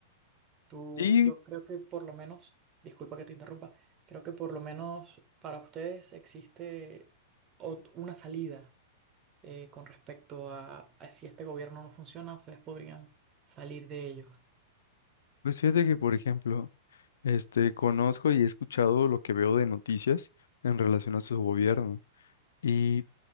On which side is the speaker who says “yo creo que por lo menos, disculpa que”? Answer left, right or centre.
Right